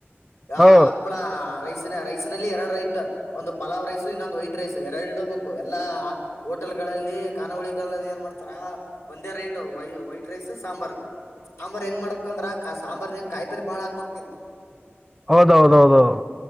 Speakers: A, on the left; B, in the centre.
A: ಹ
B: ಹೌ
A: ಅಪ್ಳಾ ರೈಸಿನ ರೈಸ್ ಲ್ಲಿ ಎರಡು ರೈಟ್ ಒಂದು ಪಲಾವ್ ರೈಸ್ ಇನ್ನೊಂದು ವೈಟ್ ರೈಸ್ ಎರಡು ಇಡಬೇಕು ಎಲ್ಲಾ ಹೋಟೆಲ್ಗಳಲ್ಲಿ ಖಾನಾವಳಿಗಲ್ಲ ಏನ್ ಮಾಡ್ತಾರ ಒಂದೇ ರೈಟ್ ವೈ ವೈಟ್ ರೈಸ್ ಸಾಂಬಾರ್ ಸಾಂಬಾರ್ ಹೆಂಗ್ ಮಾಡ್ಬೇಕಂದ್ರ ಸಾಂಬಾರನ್ಗ ಕಾಯಿಪೇಲ್ಲೆ ಬಾಳ ಹಾಕ್ಬಬೇಕ್ ನೀವು
B: ಹೌದ ಹೌದೌದೌದು